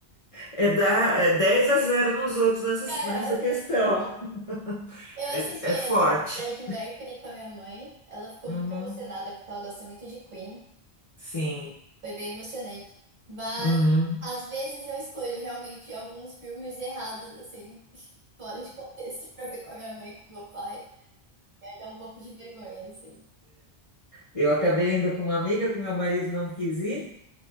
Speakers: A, on the left; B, on the right.
A: é, dar, é 10 a zero nos outros nessa,
B: Caraca,
A: nessa questão. <laughs>
B: eu
A: É,
B: assisti a
A: é forte.
B: do Fred Mercury com a minha mãe. Ela ficou
A: Uhum.
B: muito emocionada porque ela gosta muito de Queen.
A: Sim.
B: Foi bem emocionante. Mas
A: Uhum.
B: às vezes eu escolho realmente alguns filmes errados, assim, <laughs> fora de contexto, pra ver com a minha mãe e com meu pai. E aí dá um pouco de vergonha, assim.
A: Eu acabei indo com uma amiga que meu marido não quis ir,